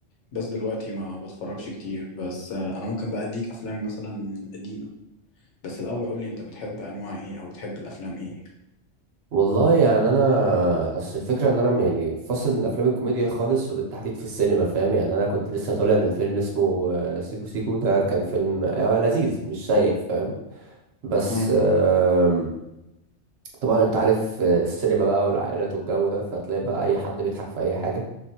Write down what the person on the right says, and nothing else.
والله يعني انا اصل الفكره ان انا يعني فاصل من الافلام الكوميديا خالص وبالتحديد في السينما فاهم يعني انا كنت لسه طالع من فيلم اسمه آه، سيكو سيكو ده كان فيلم آه، لذيذ مش سيء فاهم بس
آم، طبعا انت عارف آه، السينما بقى والعائلات والجو ده فتلاقي بقى اي حد بيضحك في اي حاجه